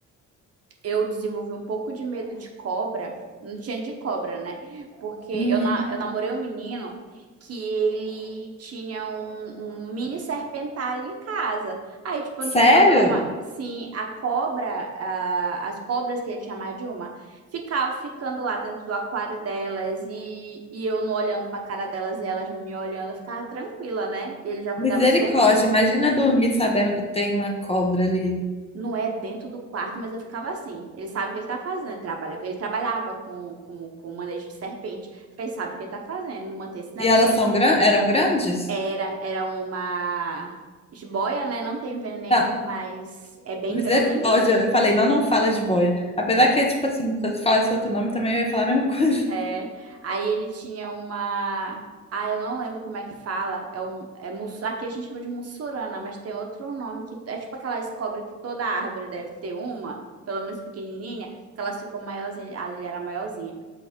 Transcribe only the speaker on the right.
eu desenvolvi um pouco de medo de cobra. Não tinha de cobra, né? Porque eu,
na, eu namorei um menino que ele tinha um, um mini serpentário em casa. Aí, tipo,
não tinha problema. Sim, a cobra, ah, as cobras que ele tinha mais de uma, ficavam ficando lá dentro do aquário delas e, e eu não olhando pra cara delas e elas não me olhando, eu ficava tranquila, né? E ele já cuidava
de
Não é dentro do quarto, mas eu ficava assim. Ele sabe o que ele tá fazendo. Ele, trabalha, ele trabalhava com, com, com manejo de serpente. Ele sabe o que ele tá fazendo, manter esse negócio
aí.
Era, era uma jiboia, né? Não tem veneno,
mas é bem
grande.
É. Aí ele tinha uma. Ah, eu não lembro como é que fala. É, um, é mussu... Aqui a gente chama de mussurana, mas tem outro nome que é tipo aquelas cobras que toda árvore deve ter uma, pelo menos pequenininha, que elas ficam maiorzinhas. Ah, ele era maiorzinha.